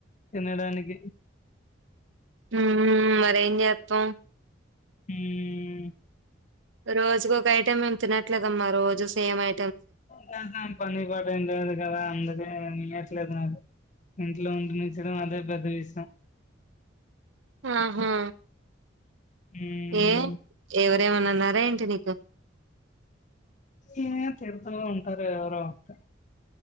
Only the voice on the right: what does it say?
ఉమ్ మరం చేత్తం
రోజుకు ఒక ఐటెం మేము తినట్లేదమ్మా రోజు సేమ్ ఐ
ఆహా
ఏ ఎవరేమన్నారా ఏంటి నీక్ గా